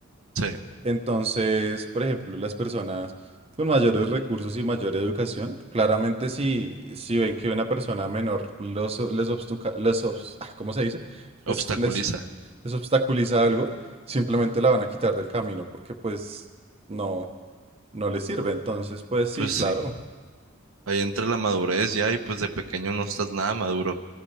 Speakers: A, on the right; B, on the right.
A: sí,
B: Entonces, por ejemplo, las personas con mayores recursos y mayor educación, claramente si, si ven que una persona menor los, les, obstuca- les obs- ah, ¿cómo se dice? Les,
A: obstaculiza.
B: les, les obstaculiza algo, simplemente la van a quitar del camino porque pues no, no les sirve. Entonces, pues sí,
A: Pues sí,
B: claro,
A: ahí entra la madurez ya y pues de pequeño no estás nada maduro.